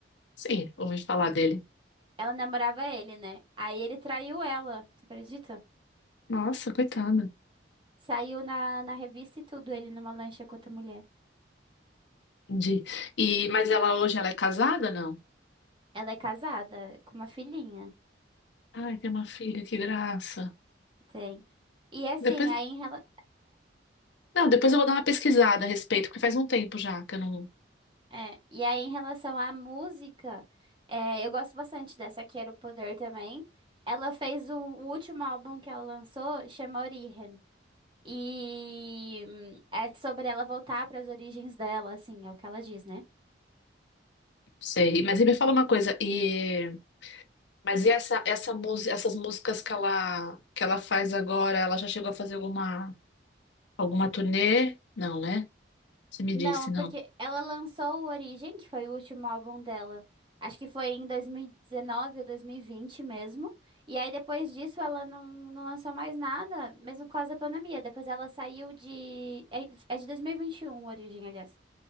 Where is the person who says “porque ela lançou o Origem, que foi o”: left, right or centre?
Right